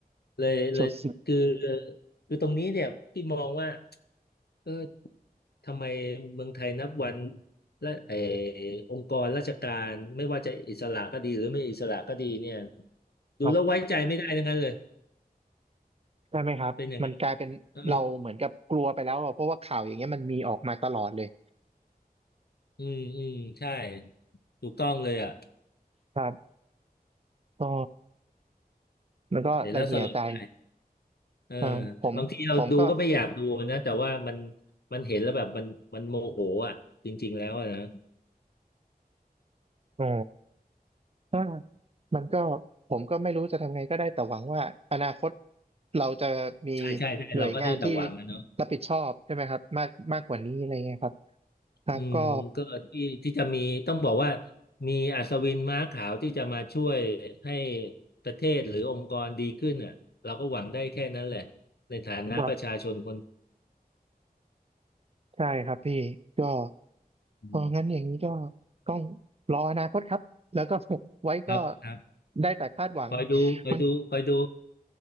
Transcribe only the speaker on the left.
เลยเลยคือ
คือตรงนี้เนี่ยพี่มองว่าเออ ทำไมเมืองไทยนับวันและเออองค์กรราชการไม่ว่าจะอิสระก็ดีหรือไม่อิสระก็ดีเนี่ยดูแล้วไว้ใจไม่ได้ทั้งนั้นเลย
เป็นอย่างนั้นเอออืมอืมใช่ถูกต้องเลยอ่ะ
เห็นแล้วสลดใจเออ
บางทีเราดูก็ไม่อยากดูนะแต่ว่ามันมันเห็นแล้วแบบมันมันโมโหอ่ะจริงๆแล้วอะนะ
ใช่ใช่ใช่เราก็ได้แต่หวังนะเนาะ
อืมก็ที่ที่จะมีต้องบอกว่ามีอัศวินม้าขาวที่จะมาช่วยให้ประเทศหรือองค์กรดีขึ้นอ่ะเราก็หวังได้แค่นั้นแหละในฐานะประชาชนคน
อืม
ครับครับ
คอยดูคอยดูคอยดู